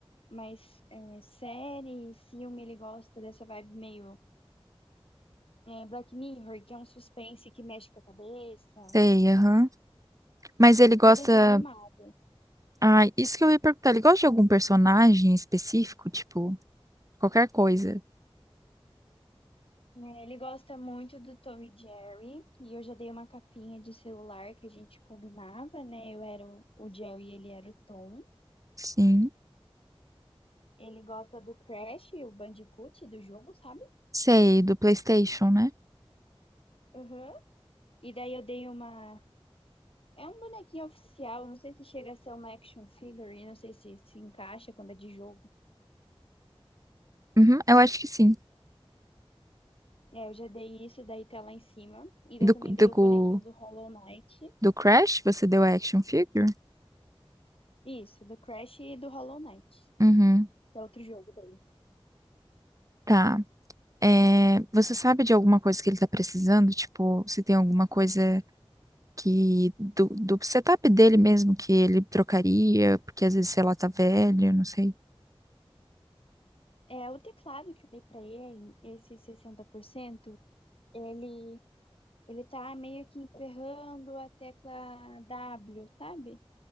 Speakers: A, on the left; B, on the right.
A: Mas é, série, filme, ele gosta dessa vibe meio é, Black Mirror, que é um suspense que mexe com a cabeça,
B: Sei, aham. Mas ele gosta.
A: ou desenho animado.
B: Ah, isso que eu ia perguntar. Ele gosta de algum personagem específico? Tipo, qualquer coisa?
A: É, ele gosta muito do Tom e Jerry, e eu já dei uma capinha de celular que a gente combinava, né? Eu era o, o Jerry e ele era o Tom.
B: Sim.
A: Ele gosta do Crash, o Bandicoot do jogo, sabe?
B: Sei, do PlayStation, né?
A: Aham. E daí eu dei uma É um bonequinho oficial, não sei se chega a ser uma action figure, não sei se se encaixa quando é de jogo.
B: Uhum, eu acho que sim.
A: É, eu já dei isso, daí tá lá em cima. E daí
B: Do,
A: eu também dei
B: do,
A: o bonequinho do Hollow Knight.
B: do Crash, você deu action figure?
A: Isso, do Crash e do Hollow Knight,
B: Uhum.
A: que é outro jogo dele.
B: Tá. É, você sabe de alguma coisa que ele tá precisando? Tipo, se tem alguma coisa que do, do setup dele mesmo que ele trocaria, porque às vezes, sei lá, tá velho, não sei.
A: É, o teclado que eu dei pra ele, esse 60%, ele, ele tá meio que emperrando a tecla W, sabe?